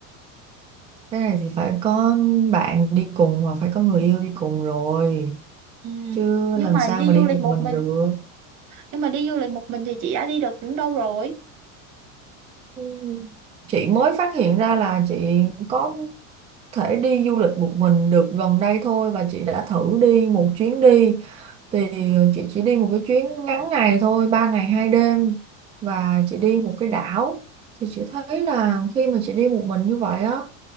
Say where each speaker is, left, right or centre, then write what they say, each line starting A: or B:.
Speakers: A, on the right; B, on the right.
A: Thế này thì phải có bạn đi cùng hoặc phải có người yêu đi cùng rồi
B: Ừ.
A: chứ
B: Nhưng
A: làm
B: mà
A: sao
B: đi
A: mà đi
B: du lịch
A: một
B: một
A: mình
B: mình,
A: được.
B: nhưng mà đi du lịch một mình thì chị đã đi được những đâu rồi.
A: Ừ. chị mới phát hiện ra là chị có thể đi du lịch một mình được gần đây thôi và chị đã thử đi một chuyến đi thì ờ, chị chỉ đi một cái chuyến ngắn ngày thôi ba ngày hai đêm và chị đi một cái đảo thì chị thấy là khi mà chị đi một mình như vậy á